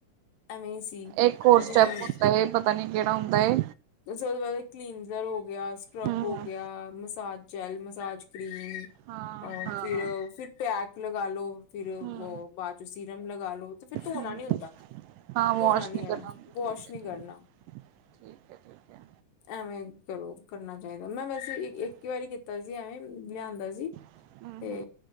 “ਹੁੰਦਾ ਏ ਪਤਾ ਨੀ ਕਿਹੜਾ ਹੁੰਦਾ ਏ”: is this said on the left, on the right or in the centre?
Right